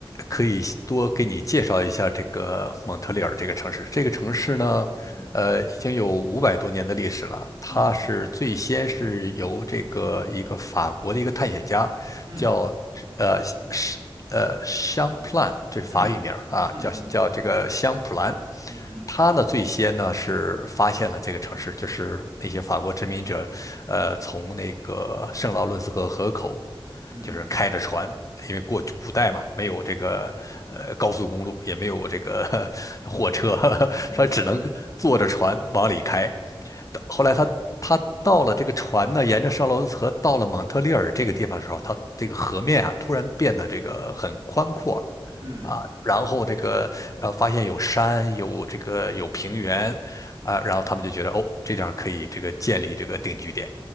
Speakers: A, on the left; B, on the right.
A: 可以多给你介绍一下这个蒙特利尔这个城市。这个城市呢，
B: 太好了，嗯
A: 呃，已经有五百多年的历史了。它是最先是由这个一个法国的一个探险家，
B: 嗯嗯
A: 叫呃是呃香普兰，这是法语名儿啊，
B: 嗯嗯嗯嗯
A: 叫叫这个香普兰。
B: 嗯哼，
A: 他呢最先呢是发现了这个城市，就是那些法国殖民者，呃，从那个圣劳伦斯河河口，
B: 嗯，
A: 就是开着船。因为过古代嘛，没有这个呃高速公路，也没有这个呵 <laughs> 火车，<laughs>
B: 明白明白，
A: 他只能坐着船往里开。
B: 嗯
A: 后来他他到了这个船呢，沿着绍罗斯河到了蒙特利尔这个地方的时候，它这个河面啊突然变得这个很宽阔了，
B: 嗯，
A: 啊，然后这个呃发现有山，有这个有平原，啊，然后他们就觉得哦，这地方可以这个建立这个定居点，